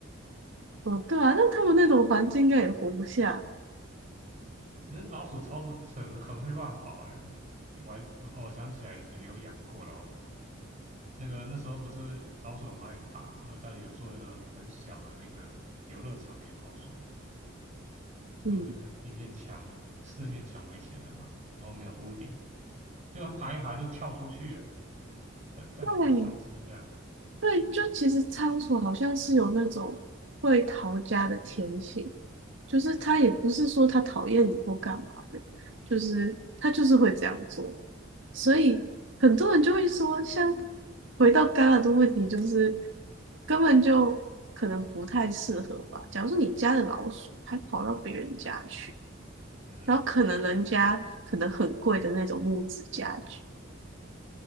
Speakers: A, on the right; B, on the right.
A: 哦，对啊，那它们那种环境应该也活不下。
B: 那个老鼠超的很很会乱跑哎、我还哦，我想起来以前有养过老鼠，是，那个那时候不是老鼠很爱爬，然后家里有做一个很小的那个游乐场给老鼠嘛然后就是一面墙四面墙围起来嘛，
A: 嗯，
B: 然后没有屋顶，就它爬一爬就跳出去了，在在我们家消失这样。
A: 对，对，就其实仓鼠好像是有那种会逃家的天性，就是它也不是说它讨厌你或干嘛的，就是它就是会这样做，所以很多人就会说，像回到刚刚的问题，就是根本就可能不太适合吧。假如说你家的老鼠还跑到别人家去，
B: 嗯，
A: 然后可能人家可能很贵的那种木质家具，